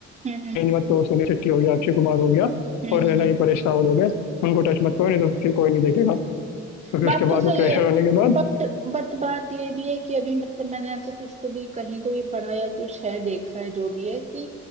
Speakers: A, on the right; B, on the left.
A: हम्म हम्म हम्म
B: रेंज मत करो सुनील शेट्टी हो गया अक्षय कुमार हो गया
A: हम्म,
B: और
A: हम्म।
B: है ना ये परेश रावल हो गया उनको टच मत करो नहीं तो फिर कोई नहीं देखेगा तो फिर
A: बात
B: उसके
A: तो
B: बाद
A: सही
B: वो प्रेशर
A: है
B: होने के बाद
A: बट बट बात ये भी है कि अभी मतलब मैंने ऐसे कुछ तो भी कहीं तो भी पढ़ा या कुछ है देखा है जो भी है कि